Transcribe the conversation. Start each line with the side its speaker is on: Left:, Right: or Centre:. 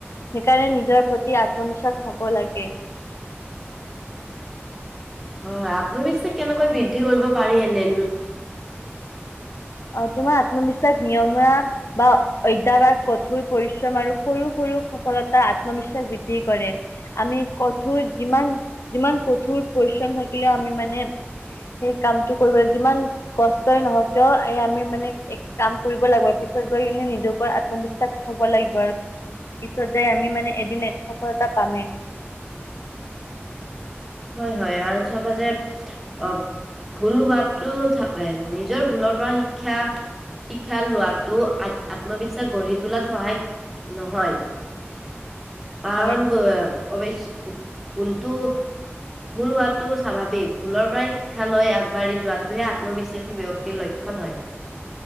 Left: সেইকাৰণে নিজৰ প্ৰতি আত্মবিশ্বাস থ'ব লাগে।
Centre: হয়, হয় আত্মবিশ্বাস কেনেকৈ বৃদ্ধি কৰিব পাৰি? এনে
Left: আ, তোমাৰ আত্মবিশ্বাস নিয়মীয়া বা অধ্যাৱসায়, কঠোৰ পৰিশ্ৰম আৰু সৰু, সৰু সফলতা আত্মবিশ্বাস বৃদ্ধি কৰে, আমি কঠোৰ যিমান, যিমান কঠোৰ পৰিশ্ৰম থাকিলেও আমি মানে সেই কামটো কৰিব যিমান কষ্টই নহও কিয় এই আমি মানে এক কাম কৰিব লাগিব পিছত গৈ কিনে নিজৰ ওপৰত আত্মবিশ্বাস থব লাগিব আৰু পিছত যায় আমি মানে এদিন সফলতা পামেই।
Centre: হয় হয় আৰু চাবা যে আ, ভুল হোৱাটো নিজৰ ভুলৰ পৰা শিক্ষা শিক্ষা লোৱাটো আত্মবিশ্বাস গঢ়ি তোলাত সহায় নহয়। কাৰণ
Left: হয়
Centre: ব অৱশ্য ভুলটো ভুল হোৱাটো স্বাভাৱিক ভুলৰ পৰাই শিক্ষা লৈ আগবাঢ়ি যোৱাটোহে আত্মবিশ্বাসী ব্যক্তিৰ লক্ষণ হয়।